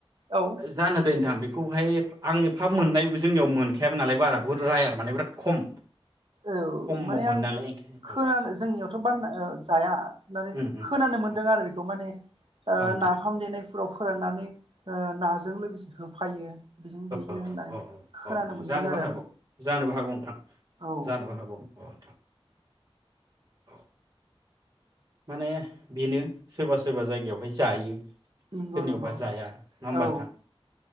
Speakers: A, on the right; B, on the right.
A: औ
B: जानो दै नोंथां बेखौहाय आं एफा मोननायबो जोंनियाव मोनखायाबो नालाय बारा खौ रायार माने बिराद खम
A: औ
B: खमाव
A: माने
B: मोनो
A: आं
B: नालाय ओंखायनो
A: खोनानो
B: औ
A: जोंनियावथ' बान ओ जाया माने
B: उम उम
A: खोनानो मोनदों
B: उम
A: आरो बेखौ माने ओ
B: औ नोंथां
A: नाफाम देनाय फोराव फोराननानै नाजों लोगोसे होफायो। बेजों देयो
B: औ
A: होननानै
B: औ
A: खोनानो
B: औ नोंथां
A: मोनदों
B: जानोबो
A: आरो
B: हागौ
A: आं
B: जानोबो हागौ नोंथां
A: औ
B: जानोबो हागौ। औ नोंथां औ। माने बेनो सोरबा सोरबा जायगायावहाय जायो।
A: नंगौ
B: सोरनियावबा
A: नंगौ
B: जाया नङा होमबा
A: औ
B: नोंथां।